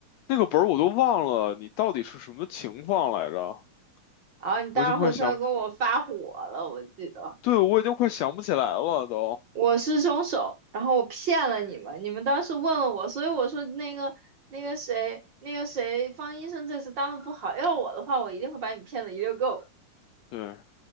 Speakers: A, on the left; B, on the right.
A: 那个本儿我都忘了，你到底是什么情况来着？
B: 然后你当时回去还跟我发火了，
A: 我已经快想，
B: 我记得
A: 对，我已经快想不起来了都。
B: 我是凶手，然后我骗了你们，你们当时问了我，所以我说那个那个谁那个谁方医生这次当的不好，要我的话，我一定会把你骗的一溜够。
A: 对，